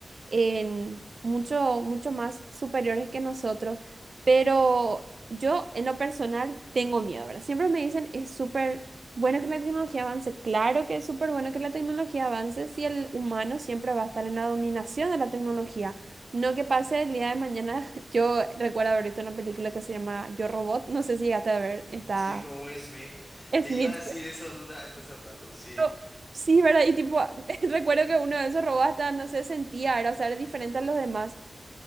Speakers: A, on the right (about 55°); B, on the left (about 15°).
A: en mucho, mucho más superiores que nosotros, pero... Yo, en lo personal, tengo miedo, ¿verdad? Siempre me dicen, es súper bueno que la tecnología avance, claro que es súper bueno que la tecnología avance si el humano siempre va a estar en la dominación de la tecnología. No que pase el día de mañana. <laughs> Yo recuerdo haber visto una película que se llama Yo Robot, no sé si llegaste a ver, está
B: Sí, con Will Smith. Te
A: Smith.
B: iba a decir eso justamente hace rato, sí.
A: Yo- sí, ¿verdad? Y tipo, <laughs> recuerdo que uno de esos robots hasta, no sé, sentía, era, o sea, era diferente a los demás.